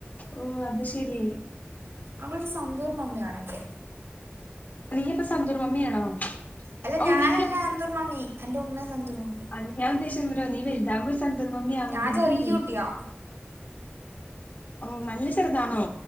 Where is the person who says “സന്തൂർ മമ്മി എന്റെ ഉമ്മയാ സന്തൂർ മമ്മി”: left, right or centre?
Right